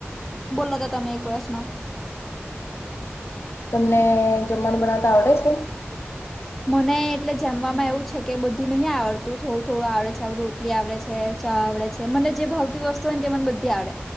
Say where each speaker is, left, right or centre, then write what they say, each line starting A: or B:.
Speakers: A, in the centre; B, on the left (about 70°).
A: બોલ્લો તો તમે એક વષ મા.
B: તમને જમ્માંનું બનાવતા આવડે છે.
A: મને એટલે જેમવામાં એવું છે કે બધું નહીં આવડતું થોળ થોળું આવડે છે આવુ ટલી આવળે છે ચા આવળે છે મને જે ભાવતી વસ્તુ ઓય ન તે મન બધી આવડે.